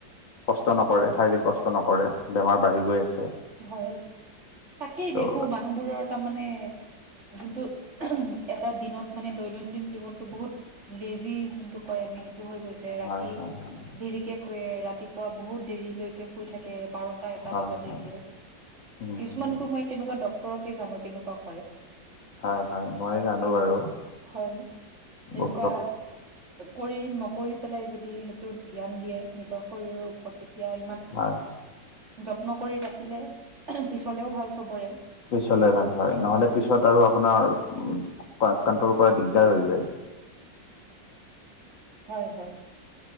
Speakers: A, on the left; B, on the right.
A: কষ্ট নকৰে শাৰীৰিক কষ্ট নকৰে বেমাৰ বাঢ়ি গৈ আছে।
B: হয় তাকেই
A: ত'
B: দেখো মানুহবোৰৰ তাৰমানে যোনটো এটা দিনত মানে দৈনন্দিন জীৱনটো বহুত লেজি যোনটো কয় আমি সেইটো হৈ গৈছো ৰাতি
A: হয় হয় হয়
B: দেৰিকে শুুৱে ৰাতিপুৱা বহুত দেৰিলৈ শুই থাকে বাৰটা এটা
A: হয়
B: বজালৈকে
A: হয় উম
B: কিছুমানতো
A: উম
B: মই তেনেকুৱা ডকক্তৰকে জানো তেনেকুৱা
A: হয় হয় মই জানো বাৰু
B: হয় তেনেকুৱা
A: বহুতক
B: কৰি নকৰি পেলাই যদি সেইটো ধ্যান দিয়ে নিজৰ শৰীৰৰ তেতিয়া ইমান
A: হয়
B: যত্ন কৰি ৰাখিলে পিছলেও ভাল চবৰে
A: পিছলৈ ভাল হয় নহলে পিছত আৰু আপোনাৰ উম কন্ট্ৰল কৰা দিগদাৰ হৈ যায়
B: হয় হয়